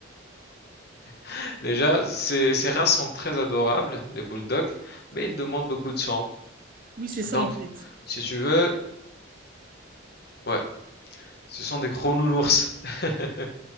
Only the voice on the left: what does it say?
<laughs> déjà ces ces races sont très adorables, les bulldogs, mais ils demandent beaucoup de soins.
Donc
si tu veux ouais, ce sont des gros nounours. <laughs> Ce